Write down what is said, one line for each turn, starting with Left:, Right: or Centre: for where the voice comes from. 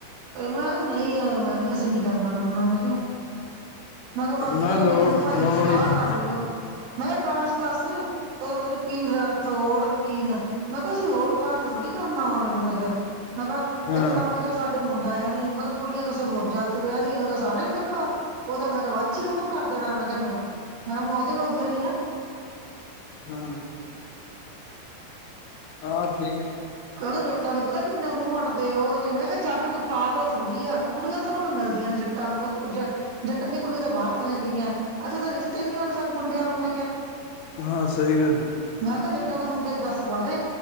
Right: ਮੈਂ ਕਿਆ ਨਈ ਯਰ ਐ ਅਸੀਂ ਨੀ ਕਰਨਾ ਕੁਰਨਾ ਮੈਂ ਕਿਆ। ਮੈਂ ਕਿਆ ਬਾਕੀ
Left: ਨਾ
Right: ਕੈਂਦਾ
Left: ਲੋ
Right: ਵੀਰ ਭਾਜੀ
Left: ਲੋੜ
Right: ਨਾਲ ਸਲਾਹ
Left: ਹੀ ਨਹੀਂ
Right: ਕਰ ਲੀਓਂ, ਮੈਂ ਕਿਆ ਕਾਸਟ ਦੱਸ। ਪਤਾ ਨ ਕੀ ਰਾਥੋੜ ਕੇ ਕੀ ਨਾ ਮੈਂ ਕਿਹਾ, ਅਸੀਂ ਹੋਰ ਕਾਸਟ ਥੋੜੀ ਕਰਨਾ ਵਾ ਮੇ ਮੈਂ ਕਿਹਾ। ਹੈਗਾ
Left: ਹਾਂ
Right: ਇੱਕਦਮ ਮ ਹੈਗਾ ਸਾਡੇ ਕਹਿੰਦੇ ਮੁੰਡਾ ਹੈ ਨੀ, ਮੈਂ ਕਿਹਾ ਕੁੜੀਆਂ ਕਿਸੇ ਹੋਰ ਜਾਤ 'ਚ ਵਿਆਹ ਦੇਈਆਂ, ਮੈਂ ਕਿਹਾ ਸਾਰਾ ਹੀ ਮੈਂ ਕਿਹਾ ਉਹਦਾ ਮੈਂ ਕਿਹਾ ਵੰਸ ਹੀ ਖਤਮ ਕਰ ਦੇਣਾ ਮੈਂ ਕਿਹਾ ਮੈਂ, ਉਹਦੇ ਮਗਰ ਹੀ ਹਾਂ
Left: ਹਮ ਹਾਂ ਠੀਕ ਏ
Right: ਕਹਿੰਦੇ ਜੱਟਾਂ ਦੇ ਪਤਾ ਕਿੰਨੇ ਮੂੰਹ ਅੱਡਦੇ ਉਹਜੇ, ਮੈਂ ਕਿਹਾ ਜੱਟ ਕੋਈ ਪਾਗਲ ਥੋੜ੍ਹੀ ਆ, ਕੁੜੀਆਂ ਤਾਂ ਉਹਨਾ ਨੂੰ ਮਿਲਦੀਆਂ ਨੇ ਜੱਟਾਂ ਤੁਹਾਨੂੰ ਮੈਂ ਕੁੱਝ ਜੱਟਾਂ ਦੀਆਂ ਕੁੜੀਆਂ ਤਾਂ ਬਾਹਰ ਚੱਲੀਆਂ ਗਈਆਂ, ਇੱਥੇ ਤਾਂ ਰਿਸ਼ਤਾ ਹੀ ਨਹੀਂ ਮਿਲਦਾ ਮੁੰਡਿਆਂ ਨੂੰ ਮੈਂ ਕਿਹਾ
Left: ਹਾਂ ਸਹੀ ਗੱਲ ਹੈ
Right: ਮੈਂ ਕਿਹਾ ਜੱਟਾ ਦਾ ਮੁੰਡੇ ਦੱਸ ਪਾ ਦੇ,